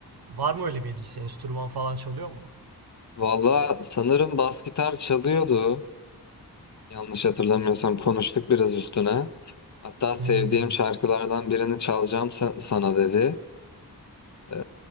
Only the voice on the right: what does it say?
Var mı öyle bir ilgisi? Enstrüman falan çalıyor mu?
Hmm.